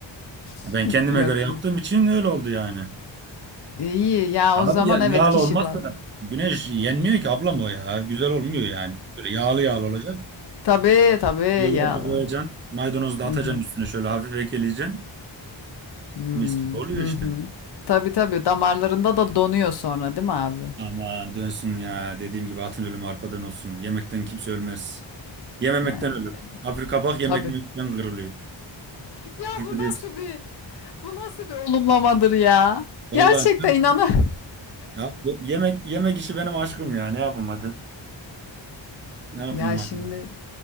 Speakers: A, on the right (about 25°); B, on the left (about 55°).
A: Ben
B: <laughs>
A: kendime
B: Yok
A: göre yaptığım
B: ya.
A: için öyle oldu yani.
B: İyi ya
A: Abi
B: o zaman
A: ya,
B: evet
A: yağlı
B: kişi
A: olmazsa
B: bazlı.
A: güneş yenmiyor ki ablam o ya. Güzel olmuyor yani. Böyle yağlı yağlı olacak.
B: Tabii tabii
A: Yoğurdu
B: yağlı.
A: koyacaksın. Maydanozu da
B: Hı
A: atacaksın
B: hı.
A: üstüne şöyle hafif ekleyeceksin.
B: Hmm,
A: Mis gibi oluyor
B: Hı
A: işte.
B: hı. Tabii tabii damarlarında da donuyor sonra değil mi abi?
A: Aman dönsün ya. Dediğim gibi atın ölümü arpadan olsun. Yemekten kimse ölmez. Yememekten
B: Yani
A: ölür. Afrika bak yemek
B: tabii.
A: yemekten kırılıyor.
B: Ya
A: Türkiye'de
B: bu nasıl
A: hiç.
B: bir bu nasıl bir olumlamadır ya?
A: Vallahi
B: Gerçekten inanı. <laughs>
A: ya, yemek yemek işi benim aşkım ya. Ne yapayım hadi. Ne yapayım
B: Ya
A: hadi.
B: şimdi